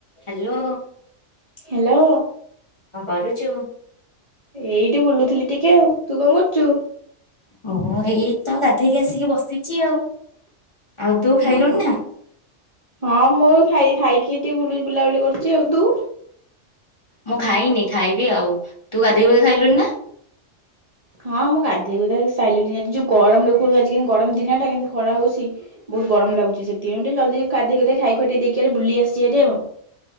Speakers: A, on the left (about 25°); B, on the right (about 40°).
A: Hello.
B: Hello.
A: ହଁ କରୁଛୁ?
B: ଏଇଠି ବୁଲୁଥିଲି ଟିକେ, ଆଉ ତୁ କଣ କରୁଚୁ?
A: ମୁଁ ଏଇ ତ ଗାଧେଇକି ଆସିକି ବସିଛି ଆଉ। ଆଉ ତୁ ଖାଇଲୁଣି
B: ଓହୋ
A: ନା?
B: ହଁ ମୁଁ ଖାଇଛି ଖାଇକି ଟିକେ ବୁଲ ବୁଲାବୁଲି କରୁଛି, ଆଉ ତୁ?
A: ମୁଁ ଖାଇନି ଖାଇବି ଆଉ, ତୁ ଗାଧୋଇ ଗୁଧେଇ ସାରିଲୁନା ଖାଇଲୁଣି ନା?
B: ହଁ ମୁଁ ଗାଧୋଇ ଗୁଧେଇ ସାଇଲିଣିି ଆଜି ଯୋଉ ଗରମ ଲୋକଙ୍କୁଜି ଗରମ ଦିନ ଟା କିନ୍ତୁ ଖରା ହଉଛି। ବହୁତ ଗରମ ଲାଗୁଛି ସେଥିପାଇଁ ଜଲଦି ଗାଧେଇ ଖେଇ ଦେଇକି ବୁଲି ଆସିଚି ହାରି ଆଉ।